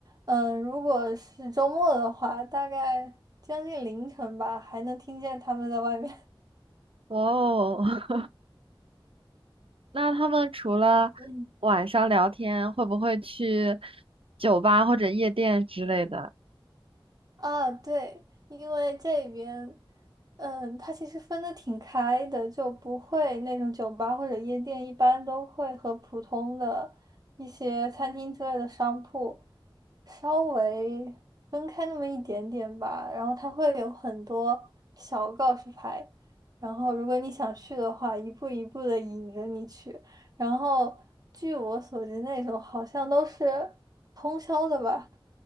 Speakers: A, on the right (about 45°); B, on the right (about 80°).
A: 嗯、如果是周末的话，大概将近凌晨吧，还能听见他们在外面。
B: 哇哦，<laughs> 那他们除了晚上聊天，
A: <laughs>
B: 会不会去酒吧或者夜店之类的？
A: 啊，对，因为这边，嗯，它其实分的挺开的，就不会那种酒吧或者夜店，一般都会和普通的一些餐厅之类的商铺稍微分开那么一点点吧。然后它会有很多小告示牌，然后如果你想去的话，一步一步的引着你去。然后据我所知，那种好像都是通宵的吧。